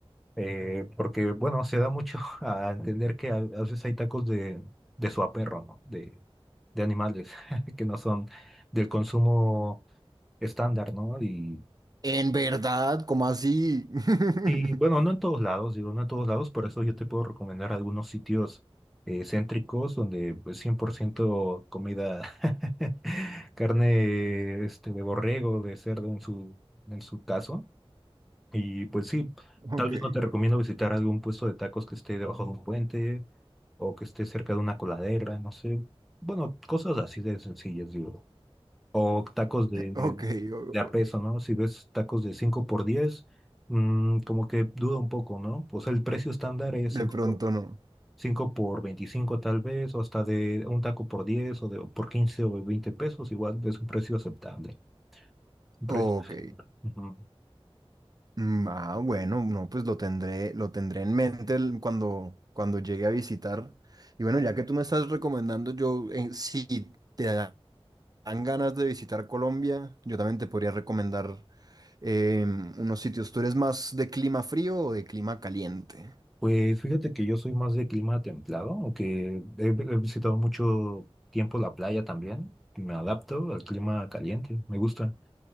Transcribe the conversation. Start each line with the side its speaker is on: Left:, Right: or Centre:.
Centre: Eh, porque, bueno, se da mucho <laughs> a entender que a, a veces hay tacos de, de suaperro, ¿no? De, de animales <laughs> que no son del consumo estándar, ¿no? Y,
Right: ¿En verdad? ¿Cómo así?
Centre: y,
Right: <laughs>
Centre: bueno, no en todos lados, digo, no en todos lados, por eso yo te puedo recomendar algunos sitios eh, céntricos donde pues 100% comida, <laughs> carne este, de borrego, de cerdo en su, en su caso Y pues sí,
Right: Ok,
Centre: tal vez no te recomiendo visitar algún puesto de tacos que esté debajo de un puente o que esté cerca de una coladera, no sé. Bueno, cosas así de sencillas, digo. O tacos de,
Right: ok, o-
Centre: de a peso, ¿no? Si ves tacos de 5 por 10 mm, como que duda un poco, ¿no? O sea, el precio estándar
Right: de
Centre: es 5
Right: pronto
Centre: por,
Right: no.
Centre: 5 por 25 tal vez, o hasta de un taco por 10 o de, por 15 o 20 pesos, igual es un precio aceptable. Un precio.
Right: Ok.
Centre: Ujú.
Right: Mm, Ah, bueno, no, pues lo tendré, lo tendré en mente el- cuando, cuando llegue a visitar. Y bueno, ya que tú me estás recomendando, yo, eh, si te da- dan ganas de visitar Colombia, yo también te podría recomendar em, unos sitios. ¿Tú eres más de clima frío o de clima caliente?
Centre: Pues fíjate que yo soy más de clima templado, aunque he, he visitado mucho tiempo la playa también. Me adapto al clima caliente, me gusta.